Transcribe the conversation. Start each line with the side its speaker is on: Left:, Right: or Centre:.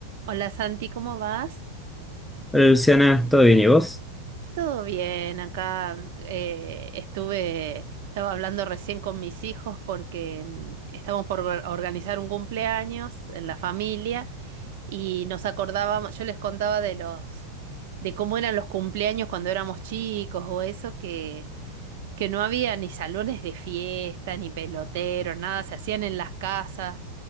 Right: Hola Santi, ¿cómo vas?
Centre: Hola Luciana, ¿todo bien y vos?
Right: Todo bien, acá eh, estuve, estaba hablando recién con mis hijos porque mm, estamos por or- organizar un cumpleaños en la familia y nos acordábamos, yo les contaba de los, de cómo eran los cumpleaños cuando éramos chicos o eso, que, que no había ni salones de fiesta, ni peloteros, nada, se hacían en las casas.